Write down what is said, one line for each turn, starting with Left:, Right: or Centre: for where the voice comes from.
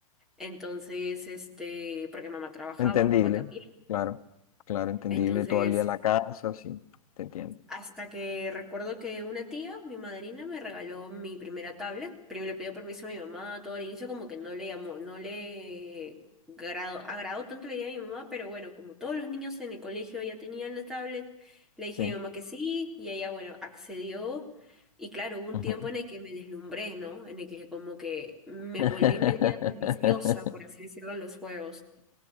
Centre: Entonces, este, porque mamá trabajaba,
Left: Entendible,
Centre: papá también.
Left: claro, claro, entendible.
Centre: Entonces,
Left: Todo el día en la casa, sí, te entiendo.
Centre: Hasta que recuerdo que una tía, mi madrina, me regaló mi primera tablet. Primero le pidió permiso a mi mamá, todo al inicio como que no le llamó, no le grado, agradó tanto la idea de mi mamá, pero bueno, como todos los niños en el colegio ya tenían la tablet, le dije
Left: Sí.
Centre: a mi mamá que sí, y ella, bueno, accedió. Y claro, hubo un
Left: Ujú.
Centre: tiempo en el que me deslumbré, ¿no? En el que como que me
Left: <laughs>
Centre: volví media ambiciosa, por así decirlo, en los juegos.